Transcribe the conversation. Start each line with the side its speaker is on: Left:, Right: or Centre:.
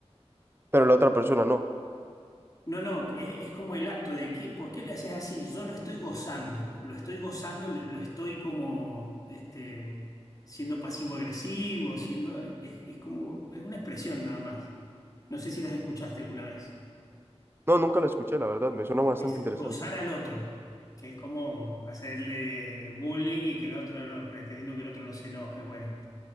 Right: Pero la otra persona no.
Left: No, no, es, es como el acto de que, ¿por qué le haces así? Yo lo estoy gozando, lo estoy gozando, lo lo estoy como este, siendo pasivo-agresivo, siendo, es, es como, es una expresión nada más. No sé si las escuchaste alguna vez.
Right: No, nunca la escuché, la verdad. Me suena bastante
Left: Es
Right: interesante.
Left: gozar al otro, que es como hacerle bullying y que el otro, no- pretendiendo que el otro no se enoje. Bueno,